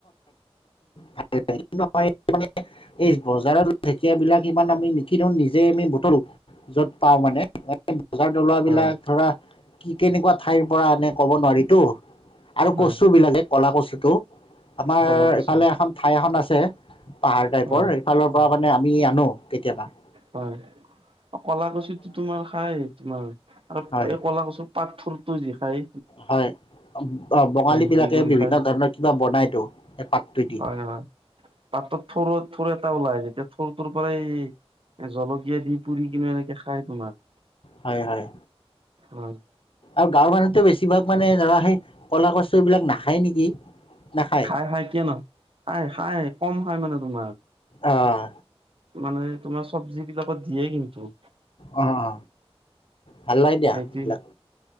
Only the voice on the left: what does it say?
ভালেই নহয় মানে এই বজাৰৰ ঢেঁকীয়া বিলাক ইমান আমি নিকিনো নিজে আমি বুটলো, য'ত পাওঁ মানে। বজাৰত ওলোৱা
বিলাক ধৰা কি কেনেকুৱা ঠাইৰ পৰা আনে ক'ব নোৱাৰিটো। আৰু
কচু
বিলাকে ক'লা কচু টো, আমাৰ
ইফালে এখন ঠাই এখন আছে পাহাৰ টাইপৰ
সেইফালৰ পৰা মানে আমি আনো কেতিয়াবা।
হয়
হয় বঙালীবিলাকে
বিভিন্ন
ধৰণৰ কিবা বনাইতো। এই পাতটো দি
হয়, হয়।
আৰু গাঁৱৰ মানুহটোই বেছিভাগ মানে ধৰা সেই কলা কচুবিলাক নাখায় নেকি? নাখায়
অহ।
অ অ ভাল লাগে দিয়া
এইবিলাক।